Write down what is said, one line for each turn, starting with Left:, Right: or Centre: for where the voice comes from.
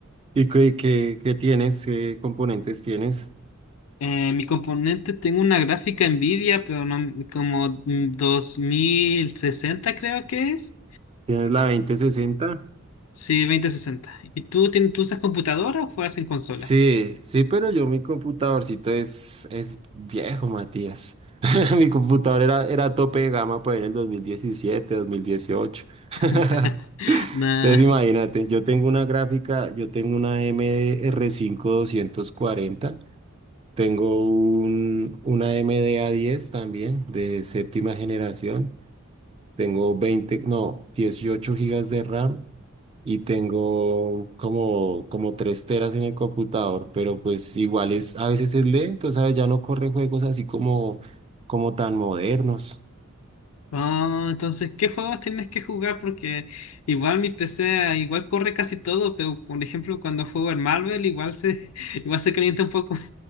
Right: ¿Y qué, qué, qué tienes? ¿Qué componentes tienes?
Left: Eh, mi componente, tengo una gráfica Nvidia, pero no, como mm, 2060 creo que es.
Right: ¿Tienes la veinte sesenta.
Left: Sí, dos mil sesenta ¿Y tú, tien- tú usas computadora o juegas en consola?
Right: Sí, sí, pero yo mi computadorcito es, es viejo, Matías. <laughs>
Left: No.
Right: Mi computador era, era tope de gama pues en el dos dos mil diecisiete, dos mil dieciocho. <laughs>
Left: <laughs> Nah.
Right: Entonces imagínate, yo tengo una gráfica, yo tengo una AMD r cinco doscientos cuarenta, tengo un, una A M D a diez también de séptima generación, tengo 20, no, 18 gigas de RAM y tengo como, como tres teras en el computador, pero pues igual es, a veces es lento, ¿sabes? Ya no corre juegos así como, como tan modernos.
Left: Ah, entonces, ¿qué juegos tienes que jugar? Porque igual mi PC igual corre casi todo, pero por ejemplo cuando juego en Marvel igual se <laughs> igual se calienta un poco.